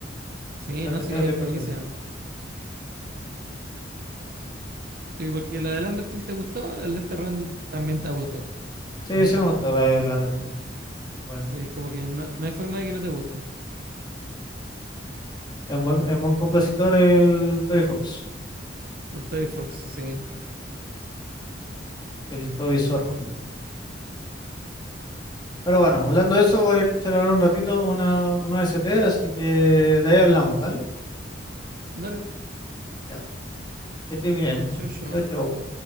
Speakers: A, on the right (about 55°); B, on the left (about 25°).
A: Sí,
B: La
A: no,
B: he escuchado
A: sí, es
B: de contero.
A: buenísimo. Sí, porque la del Undertale te gustó, la del Deltarune también te va a gustar.
B: Sí,
A: Ujú.
B: sí me gustó la del Undertale. Bueno.
A: Sí, como que no, no hay forma de que no te guste.
B: Es un buen, es un buen compositor el Toby Fox,
A: El Toy Fox, sí.
B: el Toby Zorro. Pero bueno, hablando de eso, voy a escuchar ahora un ratito una, una S T así que de ahí hablamos, ¿dale?
A: Dale.
B: Ya, que estés bien.
A: Yo, yo.
B: Chau, chau.